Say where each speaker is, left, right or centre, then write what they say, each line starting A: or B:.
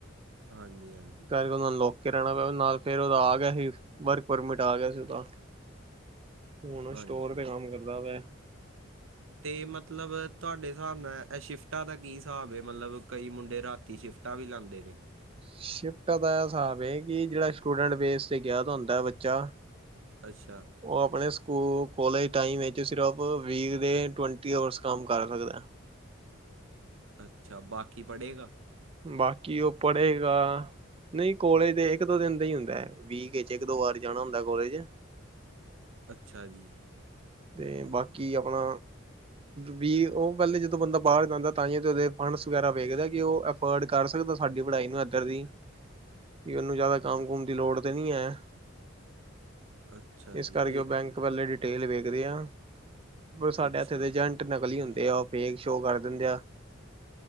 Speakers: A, on the right; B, on the right.
A: ਹਾਂਜੀ, ਹਾਂਜੀ।
B: ਉਹਨੂੰ ਲੁਕ ਕੇ ਰਹਿਣਾ ਪਿਆ ਨਾਲ, ਫੇਰ ਉਹਦਾ ਆ ਗਿਆ ਸੀ, ਵਰਕ ਪਰਮਿਟ ਆ ਗਿਆ ਸੀ ਉਹਦਾ। ਹੁਣ
A: ਹਾਂਜੀ
B: ਸਟੋਰ ਤੇ ਕੰਮ ਕਰਦਾ ਵੇ
A: ਤੇ ਮਤਲਬ ਤੁਹਾਡੇ ਹਿਸਾਬ ਨਾਲ ਇਹ ਸ਼ਿਫਟਾਂ ਦਾ ਕੀ ਸਾਬ ਏ, ਮਤਲਬ ਕਈ ਮੁੰਡੇ ਰਾਤੀ ਸ਼ਿਫਟ ਫਟਾ ਵੀ ਲਾਦੇ ਨੇ।
B: ਸ਼ਿਫਟਾ ਦਾ ਇਹ ਹਿਸਾਬ ਏ, ਕਿ ਜਿਹੜਾ ਸਟੂਡੈਂਟ ਬੇਸ ਤੇ ਗਿਆ ਤਾਂ ਹੁੰਦਾ ਬੱਚਾ
A: ਅੱਛਾ।
B: ਉਹ ਆਪਣੇ ਸਕੂਲ-ਕੋਲਜ ਟਾਈਮ ਵਿਚ ਸਿਰਫ ਵੀਕ ਦੇ ਟਵਣਟੀ ਅਵਰਸ ਕੰਮ ਕਰ ਸਕਦਾ।
A: ਅੱਛਾ, ਬਾਕੀ ਪੜੇਗਾ।
B: ਬਾਕੀ, ਉਹ ਪੜੇਗਾ। ਨਹੀਂ ਕੋਲੇਜ ਦੇ ਇੱਕ ਦੋ ਦਿਨ ਦਾ ਹੀ ਹੁੰਦਾ, ਵੀਕ ਵਿਚ ਇਕ ਦੋ ਵਾਰ ਜਾਣਾ ਹੁੰਦਾ ਕੋਲੇਜ।
A: ਅੱਛਾ ਜੀ।
B: ਤੇ ਬਾਕੀ ਆਪਣਾ ਵੀ ਉਹ ਪਹਿਲੇ ਜਦੋਂ ਬੰਦਾ ਬਾਹਰ ਜਾਂਦਾ, ਤਾਂਹੀਦੇ ਫੰਡਸ ਵਗੈਰਾ ਵੇਖਦਾ ਕਿ ਉਹ ਅਫੋਰਡ ਕਰ ਸਕਦਾ ਸਾਡੀ ਪੜ੍ਹਾਈ ਨੂੰ ਇੱਧਰ ਦੀ।
A: <inaudible>
B: ਵੀ ਉਹਨੂੰ ਜ਼ਿਆਦਾ ਕੰਮ ਕੁਮ ਦੀ ਲੋੜ ਤੇ ਨਹੀਂ ਹੈ।
A: ਅੱਛਾ
B: ਇਸ
A: ਜੀ
B: ਕਰਕੇ
A: ਇਹ
B: ਉਹ ਬੈਂਕ ਵਲੇ ਡਿਟੇਲ ਵੇਖਦੇ ਆ, ਪਰ ਸਾਡੇ
A: ਅੱਛਾ
B: ਇੱਥੇ ਦੇ ਏਜੰਟ ਨਕਲੀ ਹੁੰਦੇ ਆ, ਉਹ ਫੇਕ ਸ਼ੋ ਕਰ ਦਿੰਦੇ ਆ।